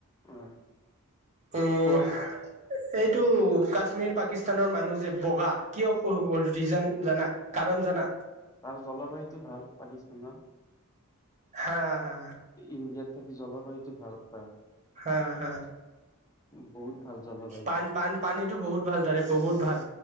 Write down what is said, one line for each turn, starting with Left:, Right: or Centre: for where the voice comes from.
Left: অ
Right: উম
Left: খোৱা
Right: এইটো কাশ্মীৰ পাকিস্তানৰ মানুহ যে বগা কিয়, <unintelligible> ৰিজান জানা। কাৰণ জানা?
Left: তাৰ জলবায়ুটো ভাল পাকিস্তানৰ।
Right: হা হা
Left: ইণ্ডিয়াত থাকি জলবায়ু টো ভাল হয়।
Right: হা, হা!
Left: বহুত ভাল জলবায়ুটো
Right: পান, পান-পানীতো বহুত ভাল তাৰে। বহুত ভাল।